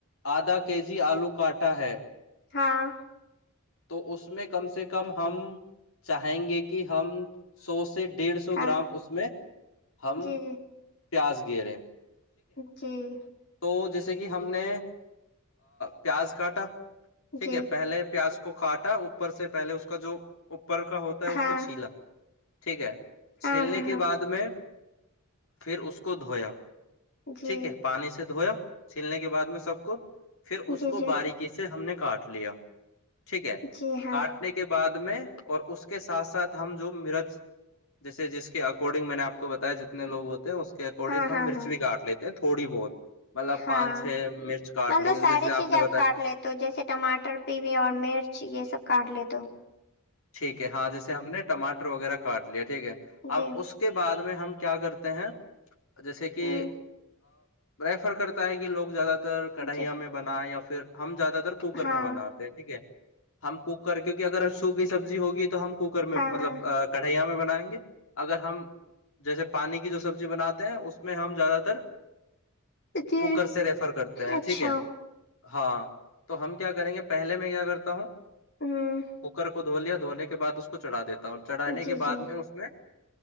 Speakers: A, on the left; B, on the left.
A: آدھا کے جی آلو کاٹا ہے
B: ہاں
A: تو اس میں کم سے کم ہم چاہیں گے کہ ہم سو سے ڈیڑھ سو
B: ہاں
A: گرام اس میں ہم
B: جی
A: <unintelligible> پیاز گےرے
B: جی <unintelligible>
A: تو جیسے کہ ہم نے پیاز کاٹا ٹھیک
B: جی
A: ہے پہلے پیاز کو کو کاٹا اوپر سے پہلے اس کا جو ا اپر کا ہوتا ہے اس
B: ہاں
A: کو چھیلا ٹھیک ہے
B: ہاں
A: چھیلنے
B: ہاں
A: کے
B: ہاں
A: بعد میں پھر اس کو دھویا
B: جی
A: ٹھیک ہے پانی سے دھویا چھیلنے کے بعد میں سب کو پھر اس
B: جی
A: کو
B: جی
A: باریکی سے ہم نے کاٹ لیا ٹھیک ہے
B: جی ہاں
A: کاٹنے کے بعد میں اور اس کے ساتھ ساتھ ہم جو مرج جیسے جس کے آک اکارڈنگ میں نے آپ کو بتایا جتنے لو ہوتے ہیں اس کے اکارڈنگ
B: ہاں
A: ہم
B: ہاں
A: مرچ
B: ہاں
A: بھی کااٹ لیتے ہیں تھوڑی بہت مطلب
B: ہاں
A: پانچ چھ مرچ کاٹ
B: مطلب
A: لیں گے
B: ساری
A: جیسے
B: چیزیں
A: نے
B: آپ
A: بتایا
B: کاٹ لیتے ہو جیسے ٹماٹر بھی بھی اور مرچ یہ یہ سب کاٹ لی تو
A: ٹھیک ہے ہاں جیسے ہم نے ٹاٹر وغیرہ کاٹ لییاچ ٹھیک ہے
B: جی
A: اب اس کے بعد میں ہم کیا کرتے ہیں جیسے کہ
B: ہوں
A: ریفر کرتا ہے کہ لوگ زیادہ تر کڑھیا
B: جی
A: میں بنایا یا پھر ہم زیاد تر کوکر
B: ہاں
A: میں بناتے ہیں ٹھیک ہے ہم کوک کر کیونکہ اگر اشوک سبزی ہوگی تو ہم کوکر میں
B: ہاں
A: مطلب
B: ہاں
A: کٹھیا میں بائیں گے اگر ہم جیسے پانی کی جو سبزی بناتے ہیں اس میں ہم زیادہ تر
B: جی
A: کوکر سے ریفر کرتے ہیں
B: اچھا
A: ٹھیک ہے ہاں تو ہم کیا کریں گے پہلے میں کیا کرتا ہوں
B: ہوں
A: ہوکر دو لیا دھونے کے بد اس کو چڑا دیتے چڑھانے کے
B: جی
A: بعد
B: جی
A: میں اس میں